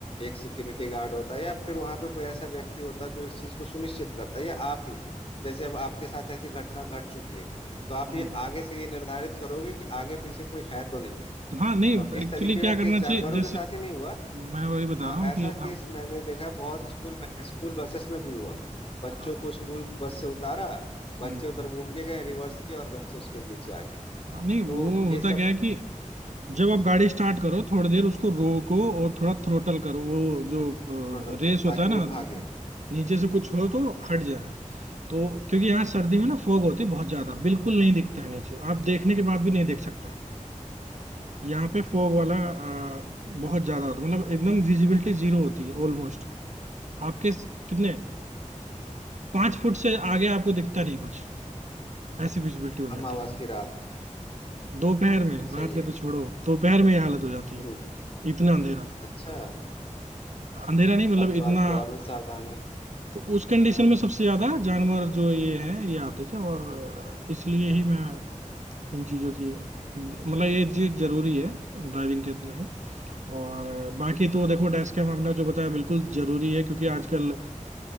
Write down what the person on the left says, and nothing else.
एक सिक्योरिटी गार्ड होता या फिर वहां पे कोई ऐसा व्यक्ति होता जो इस चीज को सुनिश्चित करता या आप ही जैसे अब आपके साथ ऐसी घटना घट चुकी है तो आप
ये आगे से ये निर्धारित करोगे कि आगे पीछे कोई है तो नहीं
तो इस
तरीके
का
केस जानवरों
के साथ ही नहीं हुआ
हाँ
ऐसा
केस
मैंने देखा है, बहुत स्कूल में स्कूल बसेस में भी हुआ बच्चों
को स्कूल बस से उतारा बच्चे
उधर घूम के गए रिवर्स किए और बच्चे उसके नीचे आ गए
तो
ये सब
थ्रोटल
करो
ताकि
वो भागे
हम्म
अमावस
की रात
सही
है
हम्म
अच्छा
तब तो
आपको और भी सावधानी
हाँ